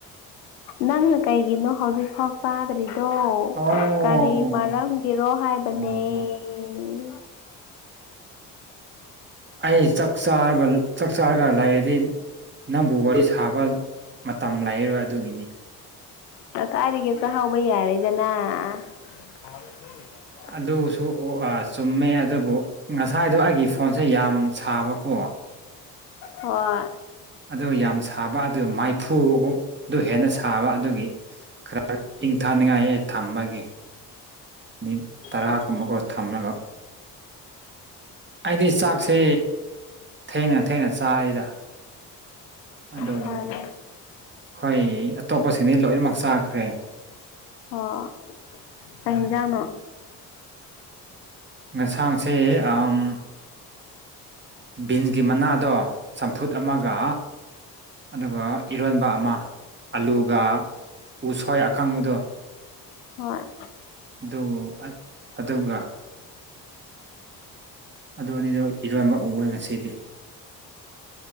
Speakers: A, on the left (about 80°); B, on the right (about 20°).
A: ꯅꯪꯅ ꯀꯩꯒꯤꯅꯣ ꯍꯧꯖꯤꯛꯐꯥꯎ ꯆꯥꯗ꯭ꯔꯤꯗꯣ꯫ ꯑꯣ
B: ꯑꯣ
A: ꯀꯔꯤ ꯃꯔꯝꯒꯤꯔꯣ ꯍꯥꯏꯕꯅꯦ꯫
B: ꯑꯣ
A: ꯅꯦ꯫
B: ꯑꯩ ꯆꯥꯛ ꯆꯥꯔꯕ ꯆꯥꯛ ꯆꯥꯔꯒ ꯂꯩꯔꯗꯤ ꯅꯪꯕꯨ ꯋꯥꯔꯤ ꯁꯥꯕ ꯃꯇꯝ ꯂꯩꯔꯔꯣꯏ ꯑꯗꯨꯒꯤꯅꯤ꯫
A: ꯉꯁꯥꯏꯗꯒꯤ ꯆꯥꯍꯧꯕ ꯌꯥꯔꯦꯗꯅꯥ꯫ <unintelligible>
B: ꯑꯗꯨꯁꯨ ꯑꯣ ꯑꯥ ꯆꯨꯝꯃꯦ ꯑꯗꯨꯕꯨ ꯉꯁꯥꯏꯗꯣ ꯑꯩꯒꯤ ꯐꯣꯟꯁꯦ ꯌꯥꯝ ꯁꯥꯕꯀꯣ꯫
A: ꯍꯣꯏ꯫
B: ꯑꯗꯨ ꯌꯥꯝ ꯁꯥꯕ ꯑꯗꯨ ꯃꯥꯏꯐꯨ ꯑꯗꯨ ꯍꯦꯟꯅ ꯁꯥꯕ ꯑꯗꯨꯒꯤ꯫ ꯈꯔ ꯏꯪꯊꯥꯅꯤꯡꯉꯥꯏ ꯑꯩ ꯊꯝꯕꯒꯤ꯫ ꯃꯤꯅꯤꯠ ꯇꯔꯥꯒꯨꯝꯕꯀꯣ
A: ꯍꯣꯏ
B: ꯊꯝꯔꯒ꯫ ꯑꯩꯗꯤ ꯆꯥꯛꯁꯦ ꯊꯦꯡꯅ ꯊꯦꯡꯅ ꯆꯥꯏꯌꯤꯗ꯫ ꯑꯗꯨꯒꯤꯅꯤ
A: ꯐꯔꯦ
B: ꯑꯩꯈꯣꯏ ꯑꯇꯣꯞꯄꯁꯤꯡꯗꯤ ꯂꯣꯏꯅꯃꯛ ꯆꯥꯈ꯭ꯔꯦ꯫
A: ꯑꯣ
B: ꯑꯗꯨꯅꯦ
A: ꯀꯩ ꯏꯟꯖꯥꯡꯅꯣ꯫
B: ꯌꯦꯟꯁꯥꯡꯁꯦ ꯑ ꯎꯝ ꯕꯤꯟꯁꯒꯤ ꯃꯅꯥꯗꯣ ꯆꯝꯐꯨꯠ ꯑꯃꯒ ꯑꯗꯨꯒ ꯏꯔꯣꯟꯕ ꯑꯃ ꯑꯂꯨꯒ ꯎꯁꯣꯏ ꯑꯀꯪꯕꯗꯣ
A: ꯍꯣꯏ
B: ꯑꯗꯨ ꯑꯗꯨꯒ ꯑꯗꯨ ꯑꯅꯤꯗꯣ ꯏꯔꯣꯟꯕ ꯎꯔꯦ ꯉꯁꯤꯗꯤ